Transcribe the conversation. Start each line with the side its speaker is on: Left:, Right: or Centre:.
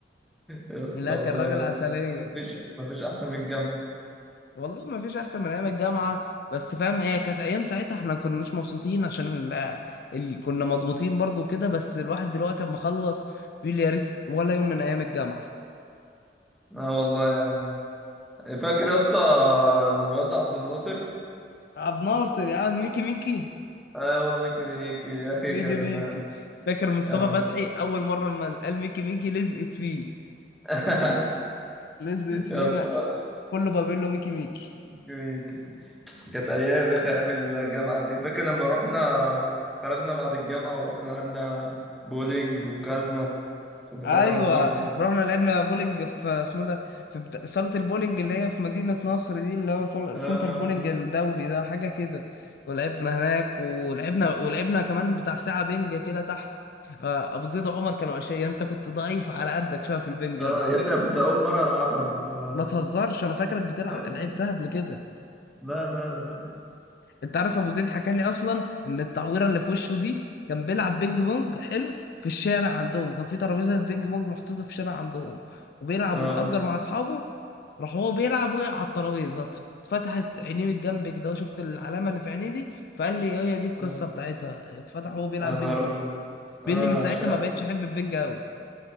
Centre: يا اسطى
Left: لا
Centre: والله
Left: كان راجل
Centre: يا
Left: عسلية
Centre: مفيش مفيش احسن من الجامعه
Left: والله ما فيش احسن من ايام الجامعة بس فاهم هي كانت ايام ساعتها احنا كناش مبسوطين عشان ال... ال... كنا مضغوطين برضو وكده بس الواحد دلوقتي اما خلص بيقول يا ريت ولا يوم من ايام الجامعة
Centre: اه والله يا عم فاكر يا اسطى الواد عبد الناصر
Left: عبد ناصر يا عم ميكي ميكي
Centre: ايوه ميكي ميكي يا اخي
Left: ميكي
Centre: كان
Left: ميكي فاكر مصطفى
Centre: يا نهار
Left: فتحي
Centre: أبيض.
Left: اول مرة لما قال ميكي ميكي لزقت فيه
Centre: <laughs>
Left: لسه في
Centre: يا اسطى
Left: ما- كله بابيلو ميكي ميكي
Centre: ميكي ميكي كانت ايام يا اخي ايام الجامعه دي فاكر لما رحنا خرجنا بعد الجامعه ورحنا لعبنا بولينج وكلنا كنا
Left: ايوه
Centre: كلنا همبرجر
Left: رحنا لعبنا بولينج في اسمه ده في بتا... صاله البولينج اللي هي في مدينه نصر دي اللي هو صال-
Centre: آه
Left: سنتر بولينج
Centre: آه
Left: الدولي ده حاجه كده ولعبنا هناك ولعبنا ولعبنا كمان بتاع ساعه بنج كده تحت آه، ابو زيد وعمر كانوا اشياء انت كنت ضعيف على قدك شويه في البنج
Centre: آه،
Left: يا ابو عمرو
Centre: يا ابني انا كنت اول مره العبها ف
Left: ما تهزرش انا فاكرك بتلعب
Centre: طيب،
Left: لعبتها قبل كده
Centre: لا لا لا
Left: انت عارف ابو زيد حكى لي اصلا ان التعويره اللي في وشه دي كان بيلعب بينج بونج حلو في الشارع عندهم كان في ترابيزه بينج بونج محطوطه في الشارع عندهم وبيلعب
Centre: اه
Left: ومأجر مع اصحابه راح هو بيلعب وقع على الترابيزه ات- اتفتحت عينيه من جنب كده وشفت العلامه اللي في عينيه دي فقال لي هي دي القصه
Centre: اه
Left: بتاعتها اتفتح وهو بيلعب
Centre: يا نهار
Left: بينج بونج
Centre: ابيض
Left: بيقول
Centre: اه
Left: لي من ساعتها
Centre: شا
Left: ما بقتش احب البينج قوي